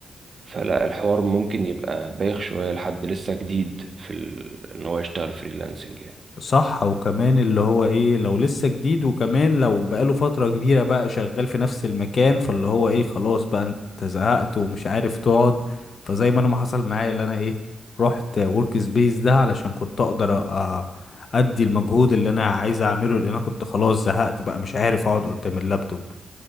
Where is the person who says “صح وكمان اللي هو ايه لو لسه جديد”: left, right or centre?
Left